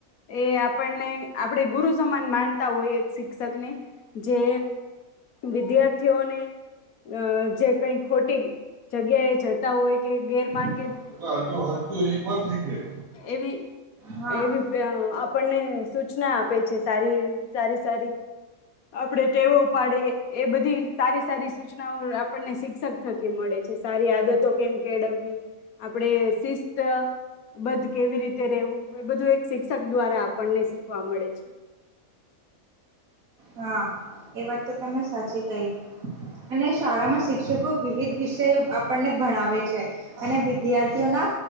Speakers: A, on the left; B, on the right.
A: એ આપણને આપણે ગુરુ સમાન માનતા હોય એક શિક્ષકને જે વિદ્યાર્થીઓને અ જે કઈ ખોટી જગ્યા એ જતા હોય કે ગેરમાન
B: <inaudible> એ પણ થઈ જાય.
A: એવી
B: હા
A: એવી પ આપણને સૂચના આપે છે સારી સારી સારી. આપડે ટેવો પાડે એ બધી સારી સારી સૂચનાઓ આપણને શિક્ષક થકી મળે છે સારી આદતો કેમ કેળવવી. આપડે શિસ્ત બધ કેવી રીતે રેવું એ બધું એક શિક્ષક દ્વારા આપણને શીખવા મળે છે.
B: હા એ વાત તો તમે સાચી કહી અને શાળામાં શિક્ષકો વિવિધ વિષયો આપણને ભણાવે છે અને વિદ્યાર્થીઓના